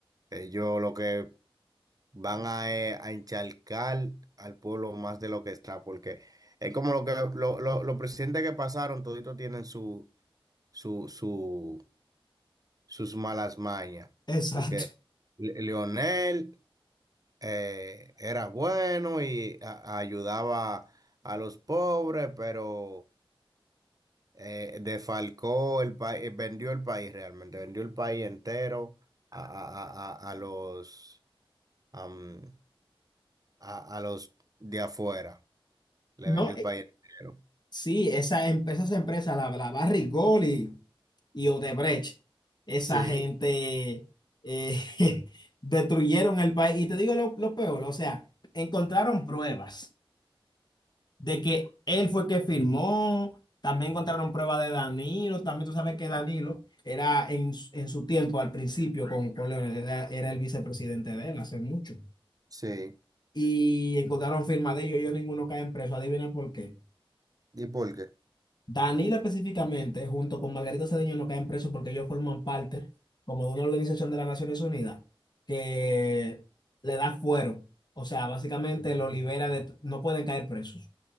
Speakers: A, on the right; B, on the left.
A: Eh, Yo lo que van a, eh, a encharcar al pueblo más de lo que está, porque es como lo que lo- lo- los presidentes que pasaron, toditos tienen su, su, su, sus malas mañas,
B: Exacto.
A: porque Le- Leonel eh, era bueno y a- ayudaba a los pobres, pero eh, defalcó el país, vendió el país realmente, vendió el país entero a, a- a- a- a los, am, a a los de afuera. le
B: No,
A: vendió el país entero.
B: Sí, esa, em- esas empresas, la, la Barrick Gold y, y Odebrecht, esa
A: Sí,
B: gente eh, <laughs> destruyeron el país. Y te digo lo, lo peor, o sea, encontraron pruebas de que él fue que firmó, también encontraron pruebas de Danilo, también tú sabes que Danilo era en, su- en su tiempo, al principio, con, con Leonel, era, era el vicepresidente de él hace mucho.
A: sí.
B: Y encontraron firma de ellos, ellos ninguno caen preso, adivina por qué.
A: ¿Y por qué?
B: Danila específicamente, junto con Margarita Cedeño, no caen presos porque ellos forman parte como de una organización de las Naciones Unidas que le da fuero. O sea, básicamente lo libera de... t- No pueden caer presos,